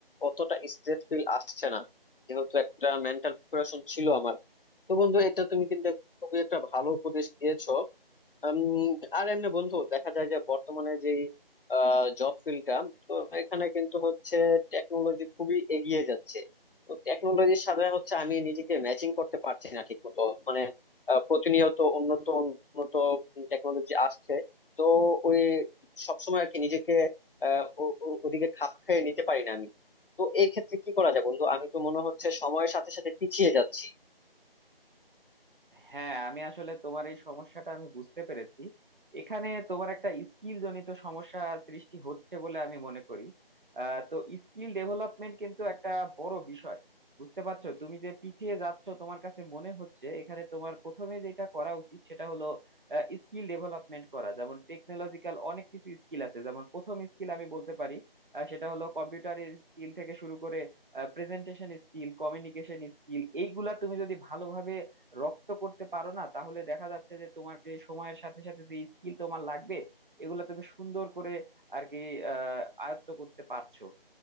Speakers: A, on the left; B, on the right.
A: অতটা স্ট্রেস ফিল আসছে না যেহেতু একটা মেন্টাল প্রিপারেশন ছিল আমার তো বন্ধু এটা তুমি কিন্তু খুবই একটা ভালো উপদেশ দিয়েছো উম, আর এমনি বন্ধু দেখা যায় যে বর্তমানে যে জব ফিল্ডটা তো এখানে কিন্তু হচ্ছে টেকনোলজি খুবই এগিয়ে যাচ্ছে তো টেকনোলজির সাথে হচ্ছে আমি নিজেকে ম্যাচিং করতে পারছি না ঠিক মতো মানে আহ, প্রতিনিয়ত উন্নত উন্নত টেকনোলজি আসছে তো ওই সবসময় আর কি নিজেকে আহ, ও- ও- ওদিকে খাপ খেয়ে নিতে পারি না আমি তো এই ক্ষেত্রে কি করা যায় বন্ধু আমি তো মনে হচ্ছে সময়ের সাথে সাথে পিছিয়ে যাচ্ছি
B: হ্যাঁ আমি আসলে তোমার এই সমস্যাটা আমি বুঝতে পেরেছি এখানে তোমার একটা স্কিল জনিত সমস্যা সৃষ্টি হচ্ছে বলে আমি মনে করি আহ, তো স্কিল ডেভেলপমেন্ট কিন্তু একটা বড় বিষয় বুঝতে পারছো তুমি যে পিছিয়ে যাচ্ছ তোমার কাছে মনে হচ্ছে এখানে তোমার প্রথমে যেটা করা উচিত সেটা হলো স্কিল ডেভেলপমেন্ট করা যেমন টেকনোলজিক্যাল অনেক কিছু স্কিল আছে যেমন প্রথম স্কিল আমি বলতে পারি আহ, সেটা হলো কম্পিউটারের স্কিল থেকে শুরু করে প্রেজেন্টেশন স্কিল কমিউনিকেশন স্কিল এইগুলা তুমি যদি ভালোভাবে রপ্ত করতে পারো না তাহলে দেখা যাচ্ছে যে তোমাকে সময়ের সাথে সাথে যে স্কিল তোমার লাগবে এগুলো তুমি সুন্দর করে আর কি আহ, আয়ত্ত করতে পারছো